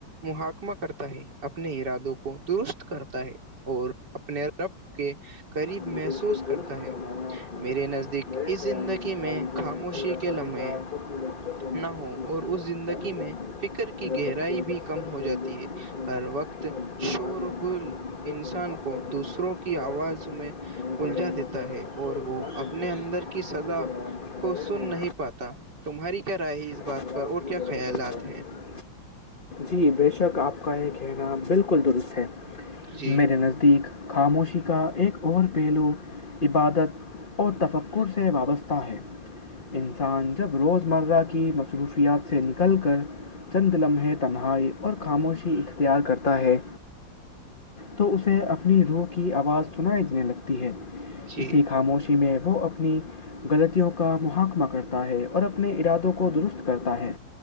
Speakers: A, on the right; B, on the left.
A: محکمہ کرتا ہے اپنے ارادوں کو درست کرتا ہے اور اپنے رب کے قریب
B: مجھے
A: محسوس
B: اس کو
A: کرتا
B: درست
A: ہے
B: کروایا آپ نے
A: میرے نزدیک
B: میرے
A: اس
B: خیال
A: زندگی میں
B: والدین
A: خاموشی
B: اور اساتذہ
A: کے لمحے
B: کو اپنے بچوں کو ماضی
A: نہ ہ
B: کی
A: اور
B: اہمیت
A: اس زندگی
B: سکھانی چاہیے
A: میں فکر کی
B: اگر
A: گہرائی
B: بچے
A: بھی
B: بچپن
A: کم ہو
B: سے
A: جاتی
B: یہ
A: ہے
B: سیکھ
A: <unintelligible>
B: لیں
A: ہر وقت
B: کہ غلطی
A: شور
B: مان لینا
A: و گل
B: اور دوسروں
A: انسان
B: معاف
A: کو
B: کر دینا
A: دوسروں
B: اچھی
A: کی
B: بات
A: آواز
B: ہے
A: میں
B: انہیں بڑے
A: الجا
B: ہو
A: دیتا
B: کر
A: ہے
B: اچھے
A: اور
B: انسان
A: وہ
B: بنتے
A: اپنے
B: ہیں
A: اندر کی سدا
B: اسی طرح مشاعرے
A: کو سن
B: میں
A: نہیں پاتا تمہاری کیا رائے ہے اس بات
B: اختلاف
A: پر اور
B: کی
A: کیا
B: ضرورت
A: خیالات
B: پڑتا
A: ہیں
B: ہے جی بے شک آپ کا یہ کہنا بالکل درست ہے
A: جی
B: میرے نزدیک خاموشی کا ایک اور پہلو عبادت اور تفکر سے وابستہ ہے انسان جب روزمرہ کی مصروفیات سے نکل کر چند لمحے تو تنہائی اور خاموشی اختیار کرتا ہے تو اسے اپنی روح کی آواز سنائی دینے لگتی ہے
A: جی
B: اسی خاموشی کہ میں وہ اپنی غلطیوں کا محکمہ کرتا ہے اور اپنے ارادوں کو درست کرتا ہے